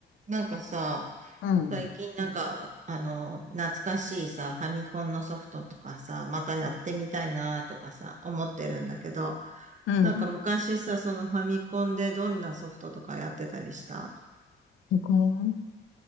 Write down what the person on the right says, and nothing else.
なんかさ、
最近なんか、あの、懐かしいさ、ファミコンのソフトとかさ、またやってみたいなとかさ、思ってるんだけど、
なんか昔さ、そのファミコンでどんなソフトとかやってたりした